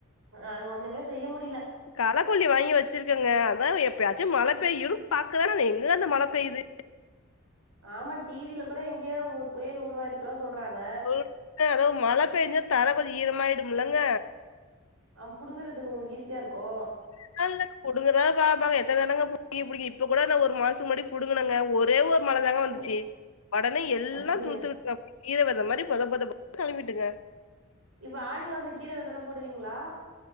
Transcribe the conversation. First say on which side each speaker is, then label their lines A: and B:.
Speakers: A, on the right (about 70°); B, on the left (about 80°).
A: அது ஒன்னுமே செய்ய முடில
B: களக்கொல்லி வாங்கி வச்சிருக்கங்க அதா எப்பயாச்சு மழ பெய்யுனு பாக்குற ஆனா அது எங்கங்க அந்த மழ பெய்யுது
A: ஆமா டிவில கூட எங்கேயோ புயல் உருவாயிருக்கலா சொல்றாங்க
B: <inaudible> அதா மழ பெஞ்சா தர கொஞ்ச ஈரமாயுடும்லங்க
A: ஆ புடுங்கறதுக்கு உங்களுக்கு ஈஸியா இருக்கு
B: <inaudible> புடுங்கதா பாப்பங்க எத்தன தடவங்க புடுங்கி புடிங்கி இப்ப கூட ஒரு மாச முன்னாடி புடுங்கனுங்க ஒரே ஒரு மழ தாங்க வந்துச்சு
A: ம்
B: ஒடனே எல்லா
A: அப்டியா
B: துளுத்துக்குட்டுங்க கீர வெத மாரி பொத பொதனு கெளம்பிட்டுங்க
A: இப்ப ஆடி மாச கீர வெதல்லா போடுவீங்களா